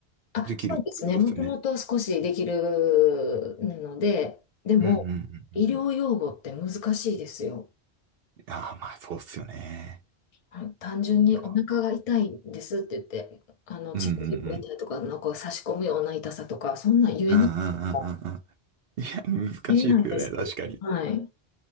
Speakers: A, on the left; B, on the right.
A: あ、
B: できるってことですよね。
A: そうですね。もともと少しできるので、でも、
B: うんうんうんうん。
A: 医療用語って難しいですよ。
B: ああ、まあそうっすよね。
A: あ単純にお腹が痛いんですって言って、
B: いやいや
A: あの、
B: うんうんうん。
A: チクチク痛いとか、なんか差し込むような痛さとか、そんなん言えなくても
B: うんうんうんうんうん。いや、難しいっすよね、
A: 言えないです。
B: 確かに。
A: はい。